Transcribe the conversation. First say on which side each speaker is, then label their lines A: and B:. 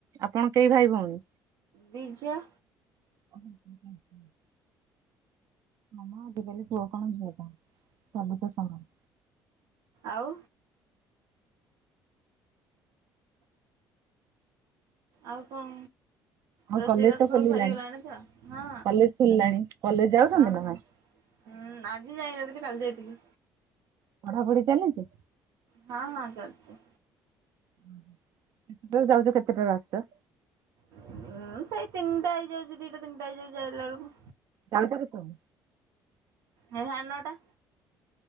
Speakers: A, on the right; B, on the right.
A: ଆପଣ କେଇ ଭାଇ ଭଉଣୀ?
B: ଦି ଝିଅ।
A: <inaudible> ହଁ ମ ଆଜିକାଲି ପୁଅ କଣ ଝିଅ କଣ ସବୁ ତ ସମାନ।
B: ଆଉ ଆଉ କଣ?
A: ଆଉ
B: ରୋଷେଇ
A: କଲେଜ
B: ବାସ
A: ତ ଖୋଲିଲାଣି।
B: ସବୁ ସରିଗଲାଣି ତ ହଁ
A: କଲେଜ ଖୋଲିଲାଣି କଲେଜ ଯାଉଛନ୍ତି
B: ହଁ
A: ନା
B: ହଁ।
A: ନାଇଁ
B: ହୁଁ ଆଜି ଯାଇନଥିଲି କାଲି ଯାଇଥିଲି।
A: ପଢାପୁଢି ଚାଲିଚି?
B: ହଁ ହଁ ଚାଲଚି।
A: ହୁଁ ହୁଁ ହୁଁ ହୁଁ ଯୋଉ ଯାଉଚ କେତେଟାରେ ଆସୁଚ?
B: ଉଁ ସେଇ ତିନିଟା ହେଇଯାଉଚି ଦିଟା ତିନଟା ହେଇଯାଉଚି ଆଇଲା ବେଳୁକୁ।
A: ଯାଉଚ କେତବେଳେ?
B: ହେଇ ହାଡ ନଅଟା।